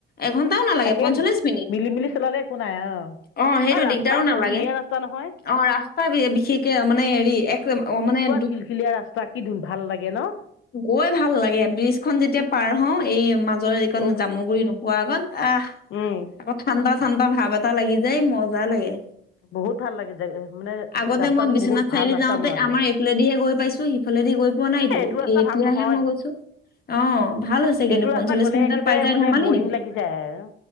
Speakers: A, on the left (about 50°); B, on the left (about 80°).
A: এঘণ্টাও নালাগে
B: তাকেইতো
A: পঞ্চল্লিশ মিনিট।
B: মিলি মিলি চলালে একো নাই অ'
A: অ'সেইটো
B: আৰু ৰাস্তাও
A: দিগদাৰো নালাগে।
B: বহুত ধুনীয়া ৰাস্তা নহয়
A: অ'ৰাস্তা বিশেষকে মানে হেৰি এক অ মানে
B: হিল-লীয়া ৰাস্তা কি ভাল লাগে ন?
A: গৈ ভাল লাগে ব্ৰিজখন যেতিয়া পাৰ হওঁ এই মাজৰ এইখন
B: উহ
A: জামুগুৰি নোপোৱা আগত আহ,
B: উম
A: আকৌ ঠাণ্ডা ঠাণ্ডা ভাৱ এটা লাগি যায় মজা লাগে।
B: বহুত ভাল লাগে জে মানে
A: আগতে
B: ৰাস্তাটো
A: মই বিশ্বনাথ
B: বহুত
A: চাৰিআলি
B: ভাল ৰাস্তা
A: যাওঁতে
B: বনালে
A: আমাৰ ইফালেদিহে গৈ পাইছো, সিফালে দি গৈ পোৱা নাইতো,
B: এইটো ৰাস্তা
A: এ এতিয়াহে
B: ভাল নহয়
A: মই গৈছো। অ' ভাল হৈছে কিন্তু
B: এইটো
A: পঞ্চল্লিশ
B: ৰাস্তা গ'লে
A: মিনিটত
B: একেবাৰে
A: পাই যাই
B: মানে
A: ধেমালি
B: বৰিং
A: নেকি।
B: লাগি যায় আৰু